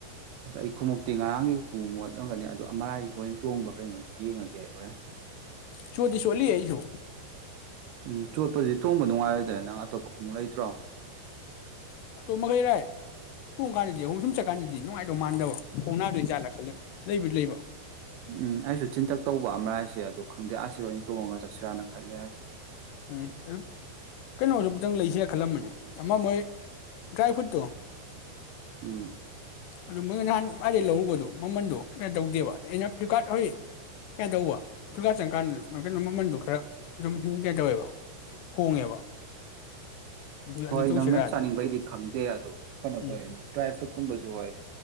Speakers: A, on the right; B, on the left.
A: ꯑꯁ ꯑꯩ ꯈꯨꯃꯨꯛꯇꯤ ꯉꯔꯥꯡꯒꯤ ꯈꯨꯃꯨꯛꯎ ꯃꯣꯠ ꯆꯠꯂꯝꯒꯅꯤ ꯑꯗꯣ ꯑꯃꯔꯥꯏꯒꯤ ꯑꯣꯏꯅ ꯇꯣꯡꯕ꯭ꯔꯥ ꯀꯩꯅꯣ ꯌꯦꯡꯉꯒꯦ ꯍꯣꯔꯦꯟ꯫
B: ꯆꯣꯠꯇꯤ ꯆꯣꯠꯂꯤ ꯑꯩꯖꯨ꯫
A: ꯎꯝ ꯆꯣꯠꯄꯖꯤ ꯊꯣꯡꯕ ꯅꯨꯡꯉꯥꯏꯔꯣꯏꯗ꯭ꯔꯥ ꯅꯪ ꯑꯇꯣꯞꯄ ꯈꯣꯡꯎꯞ ꯂꯩꯇ꯭ꯔꯣ꯫
B: ꯑꯇꯣꯞ ꯃꯈꯩ ꯔꯥꯏ ꯇꯣꯡꯀꯥꯟꯗꯗꯤ ꯑꯍꯨꯝ ꯁꯨꯝ ꯆꯠꯀꯥꯟꯗꯗꯤ ꯅꯨꯡꯉꯥꯏꯗꯧ ꯃꯥꯟꯗꯕ ꯈꯣꯡꯅꯥꯗꯣꯏ ꯖꯥꯠꯂ ꯈꯜꯂꯤꯕ ꯂꯩꯕꯨꯗꯤ ꯂꯩꯕ꯫
A: ꯎꯝ ꯑꯩꯖꯨ ꯆꯤꯟꯇꯛ ꯇꯧꯕ ꯑꯃ ꯍꯥꯏꯁꯦ ꯑꯗꯣ ꯈꯪꯗꯦ ꯑꯁꯤ ꯑꯣꯏꯅ ꯇꯣꯡꯉꯒ ꯆꯠꯁꯤꯔꯥꯅ ꯈꯜꯂꯦ꯫
B: ꯎꯝ ꯑꯗꯨ ꯀꯩꯅꯣꯗꯣ ꯑꯝꯇꯪ ꯂꯩꯁꯤ꯫ ꯖꯤꯔ ꯈꯜꯂꯝꯕꯅꯤ ꯑꯃ ꯃꯣꯏ ꯗ꯭ꯔꯥꯏ ꯐ꯭ꯔꯨꯏꯠꯇꯣ꯫
A: ꯎꯝ꯫
B: ꯑꯗꯨ ꯃꯣꯏ ꯅꯍꯥꯟ ꯃꯗꯩ ꯂꯧꯔꯨꯕꯗꯣ ꯃꯃꯜꯗꯣ ꯀꯩꯗꯧꯗꯦꯕ ꯑꯩꯅ ꯐ꯭ꯂꯤꯞꯀꯥꯔꯠ ꯍꯣꯏ ꯀꯩꯗꯧꯕ ꯐ꯭ꯂꯤꯞꯀꯥꯔꯠ ꯆꯪꯀꯥꯟꯗ ꯀꯩꯅꯣ ꯃꯃꯜꯗꯣ ꯈꯔ ꯑꯗꯨꯝ <unintelligible> ꯋꯦꯕ ꯍꯣꯡꯉꯦꯕ ꯑꯗꯨ ꯑꯗꯨ
A: ꯍꯣꯏ
B: ꯇꯧꯁꯤꯔꯥꯅ
A: ꯅꯪꯅ ꯆꯥꯅꯤꯡꯕꯩꯗꯤ ꯈꯪꯗꯦ ꯑꯗꯨꯣ ꯀꯩꯅꯣ
B: ꯎꯝ
A: ꯇꯧꯋ ꯗ꯭ꯔꯥꯏ ꯐ꯭ꯔꯨꯏꯠ꯫ ꯀꯨꯝꯕꯁꯨ ꯍꯣꯏ